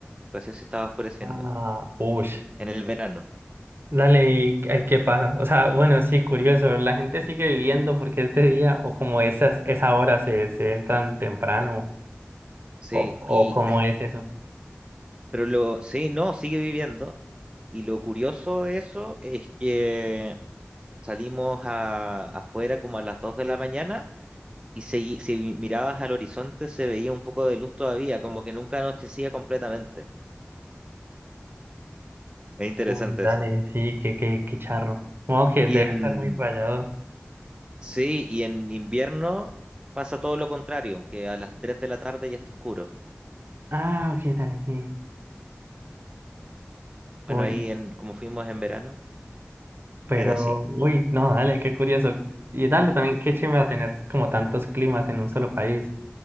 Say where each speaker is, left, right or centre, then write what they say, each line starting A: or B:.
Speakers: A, on the right; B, on the right.
A: Recién se estaba oscureciendo.
B: ah, ush,
A: En el verano.
B: dale, y ay, qué pasa, o sea, bueno, sí, curioso, la gente sigue viviendo porque este día, o como esas, esa hora se, se entran temprano,
A: Sí,
B: o, o
A: y
B: cómo
A: des-
B: es eso,
A: pero lo, sí, no, sigue viviendo. Y lo curioso de eso es que salimos a- afuera como a las dos de la mañana y segui- si mirabas al horizonte se veía un poco de luz todavía, como que nunca anochecía completamente. Es interesante
B: uy, dale,
A: eso.
B: sí, qué, qué, qué charro, como que
A: Y
B: debe
A: en
B: estar muy fallado.
A: Sí, y en invierno pasa todo lo contrario, que a las 3 de la tarde ya está oscuro.
B: Ah, ok, dale, sí.
A: Bueno,
B: Uy,
A: ahí en, como fuimos en verano,
B: pero,
A: era así.
B: uy, no, dale, qué curioso. Y dale también, qué chévere va a tener como tantos climas en un solo país.